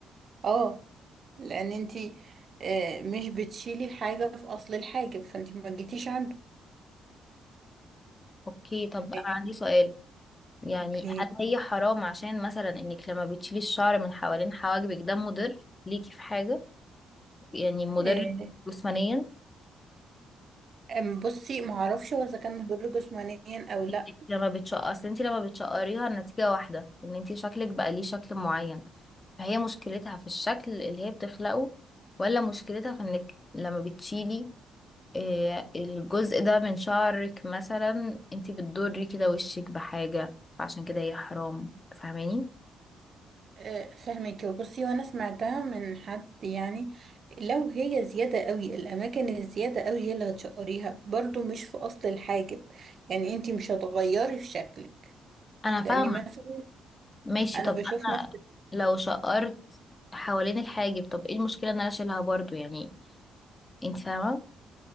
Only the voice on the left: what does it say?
اوكي طب
انا عندي سؤال يعني
هل هي حرام عشان مثلا انك لما بتشيلي الشعر من حوالين حواجبك ده مضر ليكي في حاجة يعني مضر
جسمانيا
انت لما بتشقر اصل انت لما بتشقريها النتيجة واحدة ان انت شكلك بقى ليه شكل معين فهي مشكلتها في الشكل اللي هي بتخلقه ولا مشكلتها في انك لما بتشيلي آه، الجزء ده من شعرك مثلا انت بتضري كده وشك بحاجة فعشان كده هي حرام فاهماني
انا
فاهمة
ماشي
طب
انا
لو شقرت حوالين الحاجب طب ايه المشكلة ان انا اشيلها برضو يعني انت فاهمة